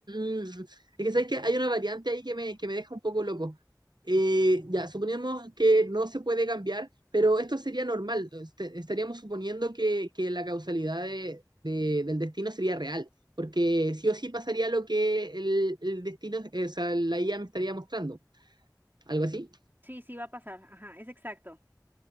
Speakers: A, on the right; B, on the right.
A: <clears throat> es que sabes que hay una variante ahí que me, que me deja un poco loco. Eh, ya, suponemos que no se puede cambiar, pero esto sería normal. Este- Estaríamos suponiendo que, que la causalidad de- de- del destino sería real, porque sí o sí pasaría lo que el, el destino, eh, o sea, la IA me estaría mostrando. ¿Algo así?
B: Sí, sí va a pasar. Ajá, es exacto.